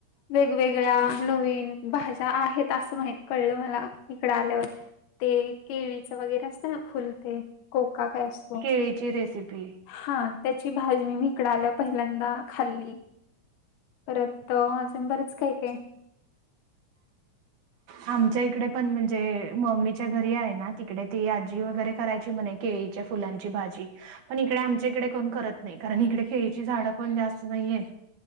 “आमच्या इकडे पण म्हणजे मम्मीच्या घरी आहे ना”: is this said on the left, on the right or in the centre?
Right